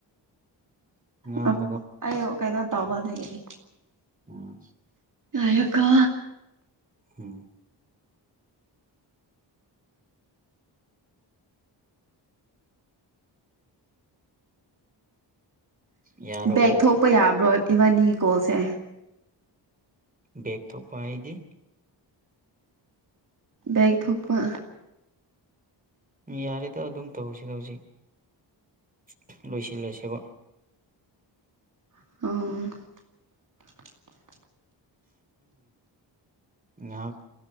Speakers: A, on the right (about 20°); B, on the right (about 45°).
A: ꯑꯪ
B: ꯑ ꯑꯩ ꯀꯩꯅꯣ ꯇꯧꯕ ꯑꯗꯨꯗꯒꯤꯅꯤ
A: ꯎꯝ
B: ꯑꯩꯒ
A: ꯎꯝ ꯌꯥꯔꯕꯣ
B: ꯕꯦꯛ ꯊꯣꯛꯄ ꯌꯥꯕ꯭ꯔꯣ ꯏꯕꯥꯅꯤ ꯀꯣꯜꯁꯦ
A: ꯕꯦꯛ ꯊꯣꯛꯄ ꯍꯥꯏꯗꯤ
B: ꯕꯏꯛ ꯊ ꯊꯣꯛꯣꯛꯛꯄ
A: ꯌꯥꯔꯦꯗ ꯑꯗꯨꯝ ꯇꯧꯁꯤꯗ ꯍꯧꯖꯤꯛ ꯂꯣꯏꯁꯤꯜꯂꯁꯦꯕ
B: ꯑꯣ
A: ꯉꯥꯏꯍꯥꯛ